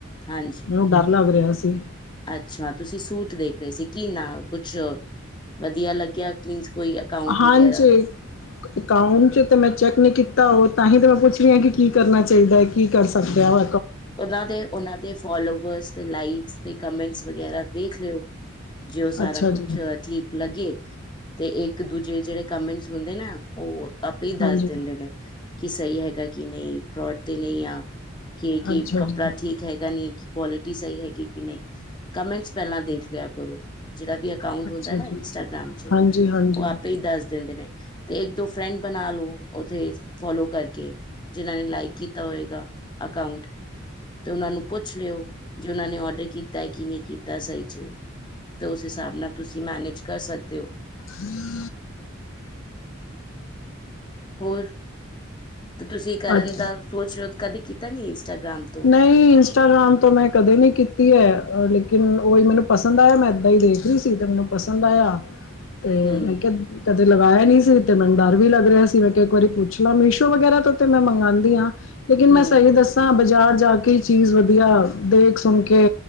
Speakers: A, on the left; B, on the left.
A: ਹਾਂਜੀ
B: ਮੈਨੂੰ ਡਰ ਲੱਗ ਰਿਹਾ ਸੀ
A: ਅੱਛਾ ਤੁਸੀਂ ਸੂਟ ਦੇਖ ਰਹੇ ਸੀ ਕੀ ਨਾ ਕੁਛ ਵਧੀਆ ਲੱਗਿਆ ਮੀਨ ਕੋਈ ਅਕਾਊਂਟ
B: ਹਾਂਜੀ
A: ਵਗੈਰਾ
B: ਅਕਾਊਂਟ ਚ ਤੇ ਮੈਂ ਚੈੱਕ ਨਹੀਂੀ ਕੀਤਾ ਉਹ ਤਾਂ ਹੀ ਤਾਂ ਮੈਂ ਪੁੱਛ ਰਹੀ ਹਾਂ ਕਿ ਕੀ ਕਰਨਾ ਚਾਹੀਦਾ ਹੈ ਕੀ ਕਰ ਸਕਦਾ ਵ
A: ਉਹਦਾ ਦੇ ਉਹਨਾਂ ਦੇ ਫੋਲੋਵਰਸ ਲਾਈਕਸ ਤੇ ਕਮੈਂਟਸ ਵਗੈਰਾ ਵੇਖ ਲਿਓ ਜੇ ਉਹ ਸਾਰਾ
B: ਅੱਛਾ
A: ਕੁਛ
B: ਜੀ
A: ਠੀਕ ਲੱਗੇ ਤੇ ਇੱਕ ਦੂਜੇ ਜਿਹੜੇ ਕਮਟਸ ਹੁੰਦੇ ਨਾ ਉਹ ਆਪੇ ਹੀ
B: ਹਾਂਜੀ
A: ਦੱਸ ਦਿੰਦੇ ਨੇ ਕੀ ਸਹੀ ਹੈਗਾ ਕਿ ਨਹੀਂ ਫਰੋਡ ਤੇ ਨਹੀਂ ਆ ਕਿ ਕਿ
B: ਅੱਛਾ
A: ਕੱਪੜਾ
B: ਜੀ
A: ਠੀਕ ਹੈਗਾ ਨਹੀਂ ਕਿ ਕੁਆਲਿਟੀ ਸਹੀ ਹੈਗੀ ਕਿ ਨਹੀਂ ਕਮੈਂਟਸ ਪਹਿਲਾਂ ਦੇਖ ਲਿਆ ਕਰੋ ਜਿਹੜਾ ਵੀ ਅਕਾਊਂਟ
B: ਅੱਛਾ
A: ਹੁੰਦਾ ਨਾ
B: ਜੀ,
A: ਇੰਸਟਾਗ੍ਰਾਮ ਚ
B: ਹਾਂਜੀ-ਹਾਂਜੀ,
A: ਉਹ ਆਪੇ ਹੀ ਦੱਸ ਦਿੰਦੇ ਨੇ। ਤੇ ਇੱਕ ਦੋ ਫਰੈਂਡ ਬਣਾ ਲੋ ਉੱਥੇ ਫੋਲੋ ਕਰਕੇ ਜਿਨਾਂ ਨੇ ਲਾਈਕ ਕੀਤਾ ਹੋਏਗਾ ਅਕਾਊਂਟ। ਤੇ ਉਹਨਾਂ ਨੂੰ ਪੁੱਛ ਲਿਓ ਜੇ ਉਹਨਾਂ ਨੇ ਔਡਰ ਕੀਤਾ ਹੈ ਕਿ ਨਹੀਂ ਕੀਤਾ ਸਹੀ ਚ। ਅਤੇ ਉਸ ਹਿਸਾਬ ਨਾਲ ਤੁਸੀਂ ਮੈਨੇਜ ਕਰ ਸਕਦੇ ਹੋ।
B: ਹਮ।
A: ਹੋਰ ਤੇ ਤੁਸੀਂ ਕਰਨ
B: ਅੱਛ
A: ਦਾ ਸੋਚ ਸਰੋਧ ਕਦੇ ਕੀਤਾ ਨੀ ਇੰਸਟਾਗ੍ਰਾਮ ਤੋਂ।
B: ਨਹੀਂ ਇੰਸਟਾਗ੍ਰਾਮ ਤੋਂ ਮੈਂ ਕਦੇ ਨਹੀਂ ਕੀਤੀ ਹੈ ਲੇਕਿਨ ਉਹੀ ਮੈਨੂੰ ਪਸੰਦ ਆਇਆ ਮੈਂ ਏਦਾਂ ਹੀ ਦੇਖ ਰਹੀ ਸੀ ਤੇ ਮੈਨੂੰ- ਪਸੰਦ ਆਇਆ ਅਤੇ
A: ਹੂੰ
B: ਮੈਂ ਕਿਹਾ ਕਦੇ ਲਗਾਇਆ ਨੀ ਸੀ ਤੇ ਮੈੂੰ ਡਰ ਵੀ ਲੱਗ ਰਿਹਾ ਸੀ ਮੈਂ ਕਿਹਾ ਇੱਕ ਵਾਰੀ ਪੁੱਛ ਲਾਂ ਮੀਸ਼ੋ ਵਗੈਰਾ ਤੋਂ ਤੇ ਮੈਂ ਮੰਗਵਾਉਂਦੀ ਹਾਂ ਲੇਕਿਨ
A: ਹੂੰ
B: ਮੈਂ ਸਹੀ ਦੱਸ ਤਾਂ ਬਾਜ਼ਾਰ ਜਾ ਕੇ ਹੀ ਚੀਜ਼ ਵਧੀਆ ਦੇਖ ਸੁਣ ਕੇ